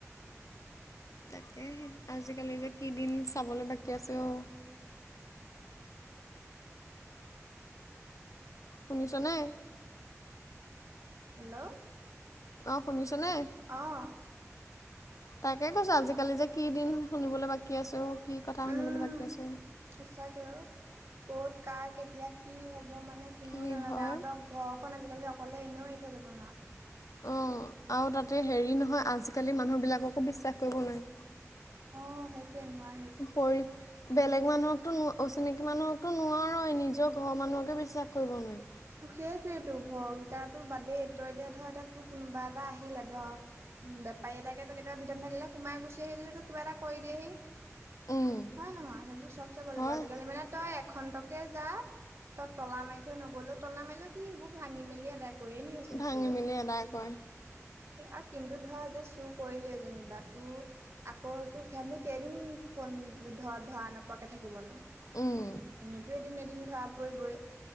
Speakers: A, on the left; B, on the right.
A: তাকেহে আজিকালি যে কি দিন চাবলে বাকী আছে অ শুনিছ নে
B: হেল্ল'
A: অ শুনিছ নে
B: অ
A: তাকে কৈছো আজিকালি যে কি দিন শুনিবলে বাকী আছে অ কি কথা শুনিবলে
B: উম
A: বাকী আছে
B: সঁচাকে ঔ ক'ত কা কেতিয়া কি হ'ব মানে কোনেও
A: কি
B: নাজানে
A: হয়
B: আৰু ত ঘৰখন আজিকালি অকলে এনেও এৰি থৈ যাব নোৱাৰ
A: অ আৰু তাতে হেৰি নহয় আজিকালি মানুহবিলাককো বিশ্বাস কৰিব নোৱাৰি
B: অ সেইটোয়ে নোৱা
A: পৰি বেলেগ মানুহকতো ন অচিনাকি মানুহকতো নোৱাৰই নিজৰ ঘৰৰ মানুহকে বিশ্বাস কৰিব নোৱাৰি
B: সেইটোৱেই তো ঘৰকেইটাতো বাদ দে তই এতিয়া ধ এতিয়া তোৰ কোনোবা এটা আহিলে ধ উম বেপাৰী এটাকে তই কেতিয়াবা ভিতৰত নেথাকিলে সোমাই গুচি আহি যদি তোক কিবা এটা কৰি দিয়েহি
A: উম
B: হয় নহয় সেইবোৰ চব চাব লাগিব
A: হয়
B: আজিকালি মানে তই এখনটকে যা তই তলা মাৰি থৈ নগলও তলা মাৰিলেও কি সেইবোৰ ভাঙি মেলি এদাই কৈয়ে নিয়ে চোন
A: ভাঙি
B: চোৰে
A: মেলি এদাই কয়
B: আৰু কিন্তু ধৰ যে চুৰ কৰিলেই যেনিবা তোৰ আকৌ তো সেইয়াত কেইদিন ফোন ধৰা ধৰা নপৰাকে থাকিবনো
A: উম
B: এনেই তো এদিন এদিন ধৰা পৰিবই